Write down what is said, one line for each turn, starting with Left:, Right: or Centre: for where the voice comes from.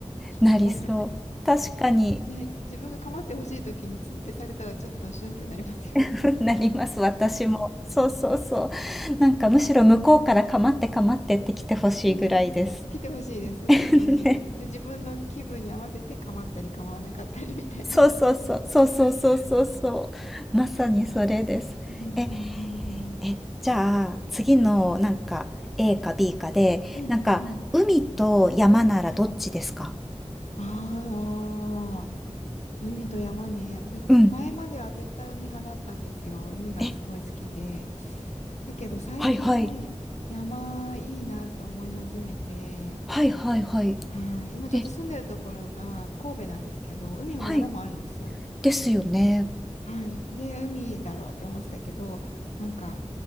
Left: 引き込まれ。
Centre: なりそう。確かに、
Left: ね、自分が構ってほしい時にツンってされたらちょっとシュンってなりますよね
Centre: <laughs> なります、私も。そうそうそう。なんかむしろ向こうからかまってかまってって来てほしいぐらいです。
Left: うんうん。来てほしいです。
Centre: <laughs>
Left: 来てほしいです。
Centre: ね。
Left: で、自分の気分に合わせて構ったり構わなかったりみたいな。
Centre: そうそうそう。そうそうそうそうそう。まさにそれです。
Left: うんうんうんうん。
Centre: え、え、じゃあ次のなんか
Left: はい。
Centre: A か B かで、
Left: うんうん。
Centre: なんか海と山ならどっちですか
Left: はい。ああ、海と山ね。私前までは絶対海派だったんですよ。
Centre: うん。
Left: 海がすごい好きで。
Centre: え、
Left: だけど最近、
Centre: はいはい。
Left: 山いいなって思い始めて、
Centre: はいはいはい。
Left: はい。今ちょっと住んでるところが神戸なんですけど、
Centre: え、
Left: 海も山もあるんですよ。
Centre: はい。ですよね。
Left: はい。で、海だろうって思ってたけど、なんか、